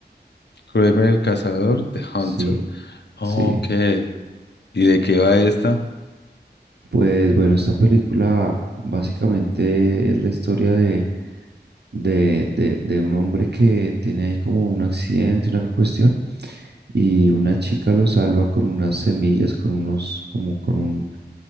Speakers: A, on the left (about 70°); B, on the right (about 65°).
A: Kraven el cazador, The Hunter.
B: Sí,
A: Ok,
B: sí.
A: ¿y de qué va esta?
B: Pues bueno, esta película básicamente es la historia de, de, de- de un hombre que tiene ahí como un accidente, una cuestión, y una chica lo salva con unas semillas, con unos, como con un,